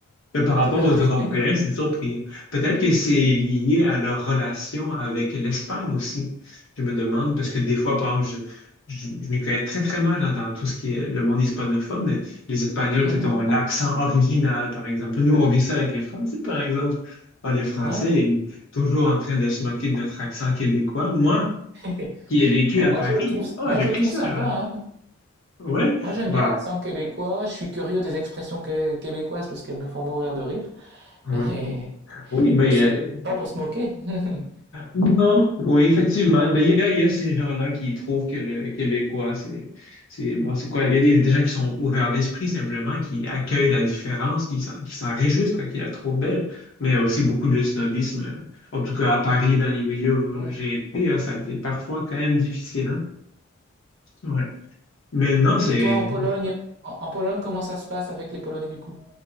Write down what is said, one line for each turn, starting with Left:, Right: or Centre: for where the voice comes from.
Left: Mais par rapport
Right: tout à
Left: aux
Right: fait.
Left: Européens, c'est surpris. Peut-être que c'est lié à leur relation avec l'Espagne aussi. Je me demande, parce que des fois, par exemple, je, je, je m'y connais très, très mal hein, dans tout ce qui est le monde hispanophone, mais les Espagnols,
Right: <laughs>
Left: peut-être, ont l'accent original, par exemple. Nous, on vit ça avec les Français, par exemple. Ah, les Français,
Right: Ouais.
Left: ils sont toujours en train de se moquer de notre accent québécois. Moi,
Right: <laughs>
Left: qui ai vécu
Right: Bah,
Left: à
Right: moi,
Left: Paris,
Right: je le trouve,
Left: ah,
Right: moi,
Left: j'ai
Right: je
Left: pris
Right: le trouve
Left: cher.
Right: sympa,
Left: hein.
Right: hein.
Left: Ouais,
Right: Moi, j'aime
Left: bah,
Right: bien l'accent québécois, je suis curieux des expressions qué- québécoises parce qu'elles me font mourir de rire,
Left: ouais.
Right: mais,
Left: Oui, mais
Right: mais c'est
Left: euh,
Right: pas pour se moquer. <laughs>
Left: Non, oui, effectivement. Ben, il y a, il y a ces gens-là qui trouvent que le Québécois, c'est, c'est, bon, c'est quoi? Il y a des des gens qui sont ouverts d'esprit, simplement, qui accueillent la différence, qui s'en, qui s'en réjouissent, quoi, qui la trouvent belle. Mais il y a aussi beaucoup de snobisme. euh, En tout cas, à Paris, dans les milieux où
Right: Ouais.
Left: j'ai été, hein, ça a été parfois quand même difficile, hein? Ouais. Mais non, c'est,
Right: Et toi, en Pologne, en, en Pologne, comment ça se passe avec les Polonais du coup?